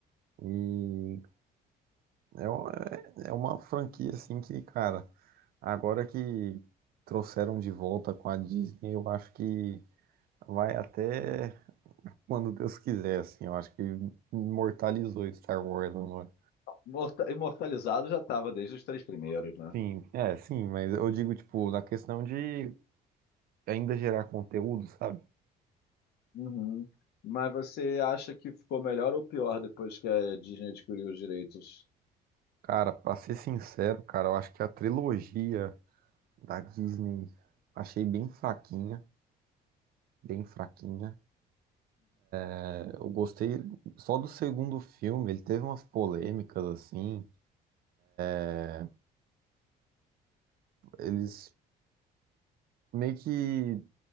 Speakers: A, on the right; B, on the left.
A: E é, uma- é uma franquia, assim, que, cara. Agora que trouxeram de volta com a Disney, eu acho que vai até quando Deus quiser, assim. Eu acho que imortalizou Star Wars agora.
B: Morta- Imortalizado já estava desde os três primeiros, né?
A: Sim, é, sim, mas eu digo, tipo, na questão de ainda gerar conteúdo, sabe?
B: Uhum. Mas você acha que ficou melhor ou pior depois que a Disney adquiriu os direitos?
A: Cara, pra ser sincero, cara, eu acho que a trilogia da Disney achei bem fraquinha, bem fraquinha. É, Eu gostei só do segundo filme, ele teve umas polêmicas, assim. é, Eles meio que